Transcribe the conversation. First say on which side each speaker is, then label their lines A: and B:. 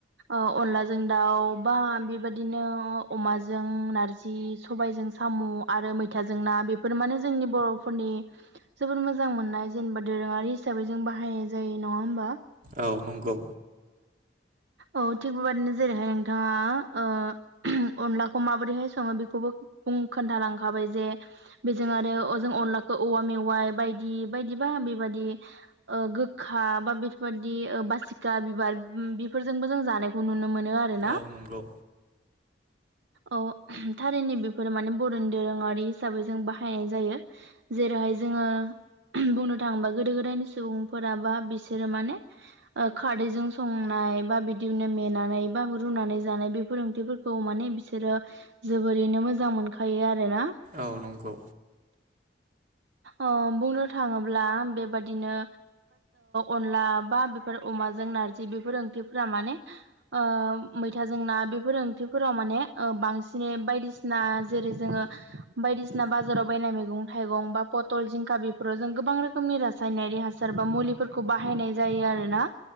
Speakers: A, on the right; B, on the right.
A: अनलाजों दाउ बा बेबदिनो अमा जों नारजि सबायजों साम' आरो मैथाजों ना बेफोर माने जोंनि बर'फोरनि जोबोर मोजां मोननाय जेनेबा दोरोङारि हिसाबै जों बाहायनाय जायो नङा होमबा?
B: औ नंगौ
A: औ थिग बेबादिनो जेरैहाय नोंथाङा ओ अनलाखौ माबोरैहाय सङो बेखौबो बुं खोनथालांखाबाय जे बेजों आरो अजों अनलाखौ औवा मेवाय बायदि बायदिबा बेबदि गोखा बा बेफोरबायाददि बासिखा बिबार बेफोरजोंबो जों जानायखौ नुनो मोनो आरोना
B: औ नंगौ
A: औ थारैनो बेफोरो माने बर'नि दोरोङारि हिसाबै जों बाहायनाय जायो जेरै ओमाय जोङो बुंनो थाङोबा गोदो गोदायनि सुबुंफोराबा बिसोरो माने खारदैजों संनाय बा बिदिनो मेनानै बा रुनानै जानाय बे फोरोंथिफोरखौ माने बिसोरो जोबोरैनो मोजां मोनखायो आरोना
B: औ नंगौ
A: अ बुंनो थाङोब्ला बेबादिनो अनला बा बेफोर अमाजों नारजि बे बे ओंथिफोरा माने ओ मैथा जोंना बेफोर ओंथिफोराव माने बांसिनै बायदिसिना जेरै जोङो बायदिसिना बाजाराव बायनाय मैगं थाइगं बा पटल जिंखा बेफोर फोराव जों गोबां रोखोमनि रासायनारि हासार बा मुलिफोरखौ बाहायनाय जायो आरो ना